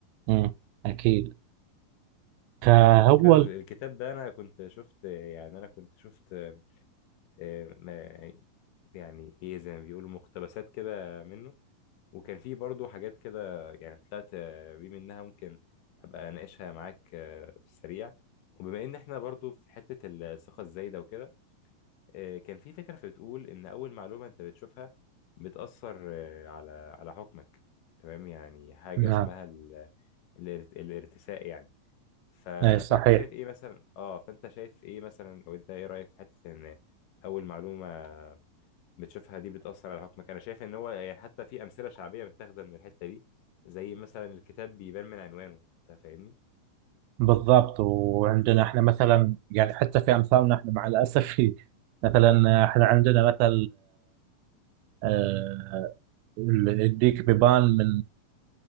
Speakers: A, on the right; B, on the left.
A: مم. اكيد فهو
B: على فكرة ال- الكتاب ده أنا كنت شفت يعني أنا كنت شفت آه، ما- يعني إيه زي ما بيقولوا مقتبسات كده منه وكان فيه برضو حاجات كده يعني طلعت آه، بيه منها ممكن أبقى أناقشها معاك آه، في السريع وبما إن إحنا برضو في حتة الثقة الزايدة وكده آه، كان في فكرة بتقول إن أول معلومة أنت بتشوفها بتأثر آه، على على حكمك تمام يعني حاجة
A: نعم
B: اسمها ال- الارت- الارتساء يعني ف...
A: اي صحيح
B: فأنت شايف إيه مثلا أه فأنت شايف إيه مثلا أو أنت إيه رأيك في حتة إن أول معلومة بتشوفها دي بتأثر على حكمك أنا شايف إن هو يعني حتى في أمثلة شعبية متاخدة من الحتة دي زي مثلا الكتاب بيبان من عنوانه أنت فاهمني
A: بالضبط وعندنا احنا مثلا يعني حتى في امثالنا احنا مع الاسف <laughs> في مثلا احنا عندنا مثل آه، الديك بيبان من